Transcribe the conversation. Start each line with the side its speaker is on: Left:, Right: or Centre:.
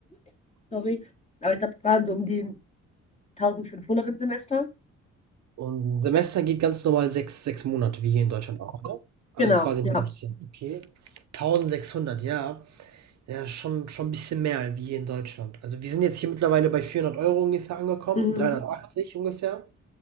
Left: Sorry. Aber ich glaube, das waren so um die 1500 im Semester.
Right: und 'n Semester geht ganz normal sechs, sechs Monate, wie hier in Deutschland auch, oder? Also,
Left: Genau,
Right: quasi
Left: ja.
Right: ein halbes Jahr. Okay. Tausendsechshundert, ja. Ja, schon schon 'n bisschen mehr wie hier in Deutschland. Also, wir sind jetzt hier mittlerweile bei 400 Euro ungefähr angekommen,
Left: Mhm.
Right: 380 ungefähr.